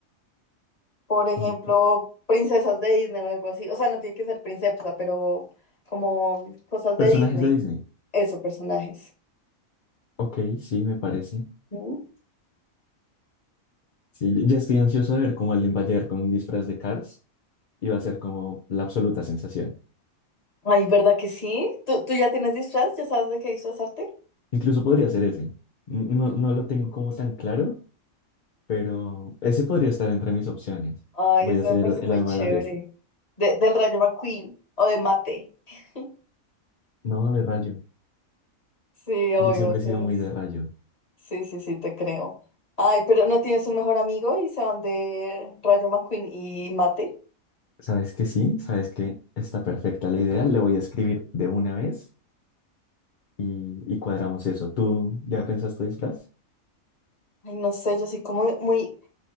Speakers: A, on the left (about 30°); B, on the left (about 45°).
A: por ejemplo,
B: Ok.
A: princesas de Disney o algo así, o sea, no tiene que ser princesa, pero como cosas
B: Personajes
A: de Disney,
B: de Disney.
A: eso, personajes.
B: Ok, sí, me parece.
A: ¿Mm?
B: Sí, ya estoy ansioso de ver cómo alguien va a llegar con un disfraz de Cars y va a ser como la absoluta sensación.
A: Ay, ¿verdad que sí? ¿Tú, tú ya tienes disfraz? ¿Ya sabes de qué disfrazarte?
B: Incluso podría ser ese. N- No, no lo tengo como tan claro, pero ese podría estar entre mis opciones.
A: Ay,
B: Voy
A: eso
B: a ser
A: me parece
B: el
A: muy
B: alma
A: chévere.
B: de la fiesta.
A: De- del Rayo McQueen o de Mate. <laughs>
B: No, de rayo.
A: Sí, obvio,
B: Yo siempre
A: tienes.
B: he sido muy de rayo.
A: Sí, sí, sí, te creo. Ay, pero ¿no tienes un mejor amigo y se van de Rayo McQueen y Mate?
B: ¿Sabes que sí? ¿Sabes que Está perfecta la idea. La voy a escribir de una vez y, y cuadramos eso. ¿Tú ya pensaste disfraz?
A: Ay, no sé, yo soy como muy...